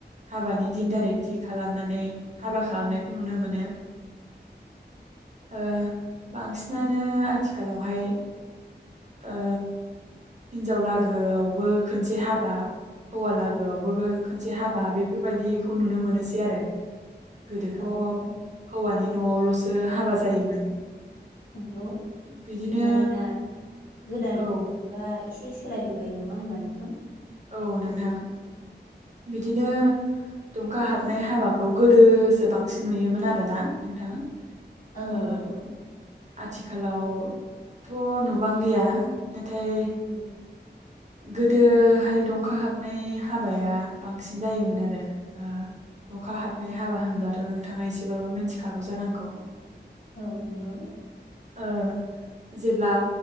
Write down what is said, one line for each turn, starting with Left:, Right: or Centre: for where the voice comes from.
Right: हाबानि दिन थारिग थि खालामनानै हाबा खालामनायखौ नुनो मोनो
Left: <inaudible>
Right: ओ बांसिनानो आथिखालावहाय ओ हिनजाव लागोआवबो खनसे हाबा हौवा लागोआवबो खनसे हाबा बेफोरबायदिखौ नुनो मोनोसैआरो। गोदोथ'
Left: औ
Right: हौवानि न'आवल'सो हाबा जायोमोन
Left: नंगौ
Right: बिदिनो
Left: मानोना गोदान
Right: औ
Left: जुगा एसे सो सोलायबोबाय नङा होमबा नोंथां?
Right: औ नोंथां बिदिनो दुंखा हाबनाय हाबा खौ गोदोसो बांसिन नुयोमोन आरो ना नोंथां
Left: औ औ
Right: ओ आथिखालावथ' नुबांलिया <unintelligible>
Left: औ
Right: गोदोहाय दंखा हाबनाय हाबाया बांसिन जायोमोन आरो दंखा हाबनाय हाबा होनब्लाथ' नोंथाङा एसेबाबो मिथिखागौ जानांगौ।
Left: औ नंगौ
Right: ओ जेब्ला